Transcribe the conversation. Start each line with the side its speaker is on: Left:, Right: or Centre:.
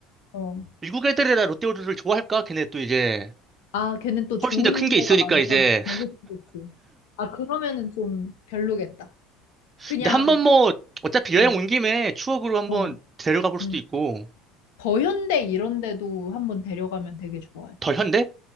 Left: 어.
Right: 미국 애들이라 롯데월드를 좋아할까? 걔네 또 이제
Left: 아, 걔는 또 좋은
Right: 훨씬 더 큰 게
Left: 데가
Right: 있으니까
Left: 많잖아.
Right: 이제.
Left: 어, 그치, 그치. 아, 그러면은 좀 별로겠다. 그냥,
Right: 근데 한번 뭐 어차피
Left: 어,
Right: 여행 온 김에 추억으로 한번
Left: 어,
Right: 데려가 볼 수도
Left: 음.
Right: 있고.
Left: 더현대 이런 데도 한번 데려가면 되게 좋아해.
Right: 더 현대?